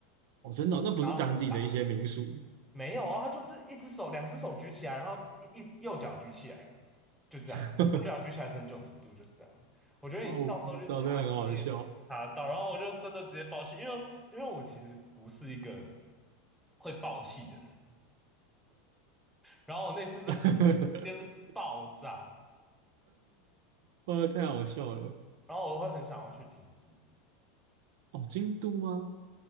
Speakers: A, on the right; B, in the centre.
A: 哦，真的哦那不是当地的一些民俗
B: 然后很大。没有啊，它就是一只手、两只手举起来，然后一一右脚举起来，就这样，
A: <laughs>
B: 右脚举起来成九十度，就是这样。我觉得你到时候去查，
A: 哦，我不知道，这很好笑，
B: 你也查得到。然后我就真的直接爆气，因为因为我其实不是一个会爆气的人。然后我那次真的
A: <laughs>
B: <laughs> 就是爆炸，
A: 哇，太好笑了。
B: 然后我会很想要去京都，
A: 哦，京都吗？